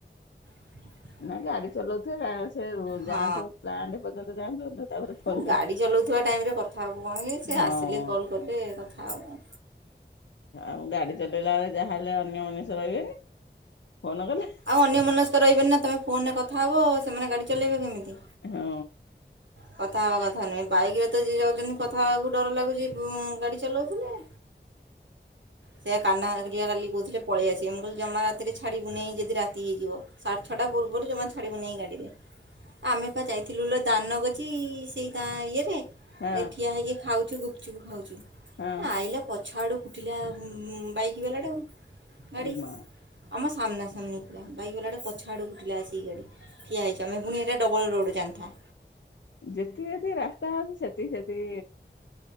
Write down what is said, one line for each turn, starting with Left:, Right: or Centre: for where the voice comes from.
Right: <inaudible>
Left: ନା ଗାଡି ଚଲାଉଥିବେ ସେ
Right: ହଁ
Left: ଯାଆନ୍ତୁ ପ୍ଲାଣ୍ଡ ପର୍ଯ୍ୟନ୍ତ ଯାଆନ୍ତୁ ତାପରେ
Right: ହଁ
Left: ଫୋନ
Right: ଗାଡ଼ି ଚଲାଉଥିବା ଟାଇମ୍ରେ କଥା ହବୁ କଣ କି ସେ
Left: ହଁ
Right: ଆସିଲେ କଲ୍ କଲେ କଥା ହବ।
Left: ଆଉ ଗାଡି ଚଲେଇଲା ବେଳେ ଯାହାହେଲେ ଅନ୍ୟ ମନିଷ ରହିବେନି ଫୋନ କଲେ।
Right: ଆଉ ଅନ୍ୟ ମନସ୍କ ରହିବେନି ନା ତୁମେ ଫୋନ୍ରରେ କଥା ହେବ ଆ ସେମାନେ ଗାଡ଼ି ଚଲାଇବେ କେମିତି।
Left: ହଁ।
Right: କଥା ହବା କଥା ନୁହେଁ ବାଇକରେ ତ ଯିଏ ଯାଉଛନ୍ତି କଥା ହେବାକୁ ଡର ଲାଗୁଛି ଗାଡ଼ି ଚଲଉଥିଲେ। ସେୟା କାହ୍ନା ହାରିକା କାଲି କହୁଥିଲେ ପଳି ଆସିବେ ମୁ କହିଲି ଜମା ରାତିରେ ଛାଡ଼ିବୁ ନେଇ ଯଦି ରାତି ହେଇଯିବ। ସାଡ୍ ଛଟା ପୁର୍ବ ରୁ ଜମା ଛାଡିବୁ ନେଇ ଗାଡିରେ। ଆମେ ପା ଯାଇଥିଲୁ ଲୋ ଦାନଗଜି ସେଇ ତା ଇଏରେ ଏଇ
Left: ହଁ
Right: ଠିଆ ହେଇକି ଖାଉଛୁ ଗୁପଚୁପ ଖାଉଚୁ।
Left: ହଁ।
Right: ଆଇଲା ପଛ ଆଡ଼ୁ ଫୁଟିଲା ବାଇକ୍ ବାଲାଟାକୁ ଗାଡ଼ି।
Left: ଏମା
Right: ଆମ ସାମ୍ନା ସାମ୍ନି ଥିଲା ବାଇକ୍ ବଲାଟାକୁ ପଛ ଆଡେକୁ ଠିଲଥିଲା ସେଇ ଗାଡି। ଠଆ ହେଇଛ ଆମେ ପୁଣି ସେଇଟା ଡବଲ୍ ରୋଡ଼୍ ଜାଣି ଥା।
Left: ଯେତିକି ଯେତିକି ରାସ୍ତା ହଉଛି ସେତିକି